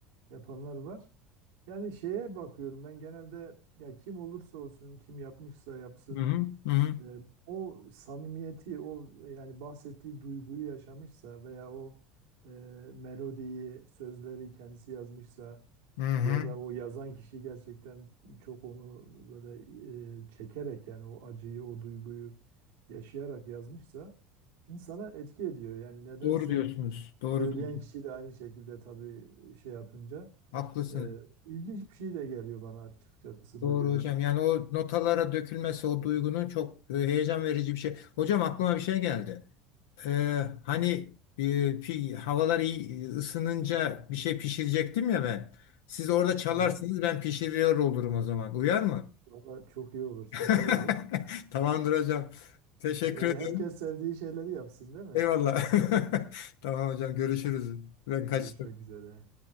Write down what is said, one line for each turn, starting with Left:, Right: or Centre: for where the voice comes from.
Right: yapanlar var. Yani şeye bakıyorum ben genelde ya kim olursa olsun kim yapmışsa yapsın
Left: Hı hı. Hı hı.
Right: e, o samimiyeti o yani bahsettiği duyguyu yaşamışsa veya o e, melodiyi sözleri kendisi yazmışsa
Left: Hı hı.
Right: ya da o yazan kişi gerçekten çok onu böyle e, çekerek yani o acıyı o duyguyu yaşayarak yazmışsa insana etki ediyor yani nedense
Left: Doğru diyorsunuz. Doğru
Right: söyleyen
Left: diyorsunuz.
Right: kişi de aynı şekilde tabii şey yapınca.
Left: Haklısınız.
Right: Ee, ilginç bir şey de geliyor bana açıkçası
Left: Doğru
Right: bu yönü.
Left: hocam. Yani o notalara dökülmesi o duygunun çok e, heyecan verici bir şey. Hocam aklıma bir şey geldi. Ee, hani e, pi- havalar iyi e, ısınınca bir şey pişirecektim ya ben. Siz orada çalarsınız
Right: Hı hı.
Left: ben pişiriyor olurum o zaman. Uyar mı?
Right: Valla çok iyi olur, süper
Left: <laughs>
Right: olur.
Left: Tamamdır hocam. Teşekkür
Right: Yani
Left: ederim.
Right: herkes sevdiği şeyleri yapsın, değil mi?
Left: Eyvallah. <laughs> Tamam hocam görüşürüz. Ben
Right: Görüşmek
Left: kaçtım.
Right: üzere.